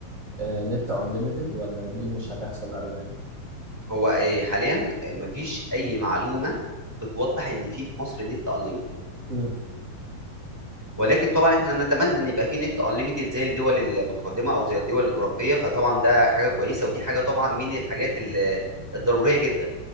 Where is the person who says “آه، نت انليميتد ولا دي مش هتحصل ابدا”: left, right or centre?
Right